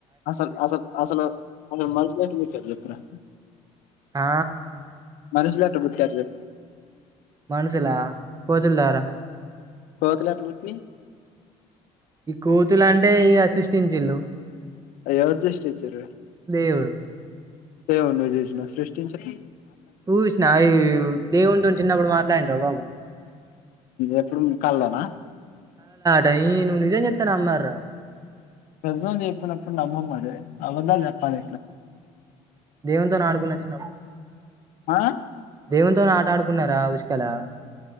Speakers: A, on the left; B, on the right.
A: అసలు అసలు అసలు అసలు మనసునట్ విచ్చారు చెప్పురా
B: ఆ
A: మనసులాట్ట బు క్యాట్లు
B: మనసులా కోజల్ దారా
A: కోతులటుమిట్ని
B: ఈ కూతులు అంటే ఇ అ సృష్టించల్ళు
A: అయి ఏవరు సృష్టించురు
B: దేవుడు
A: ఏవన్న జూసిన సృస్టించే
B: చూసిన అవి దేవుంటు చిన్నప్పుడు మాట్లాడిన రావు బాబు
A: ఎప్పుడు కల్లోనా
B: డై నువ్వు నిజం చెప్తాను అమ్మర
A: నిజం చెప్పనప్పుడు నమ్మమరి అబద్దాలు చెప్తాది
B: దేవుంతోఆడుకోని వచ్చినాం
A: ఆ
B: దేవునితోఆట ఆడుకున్నారా? ఉసుకలా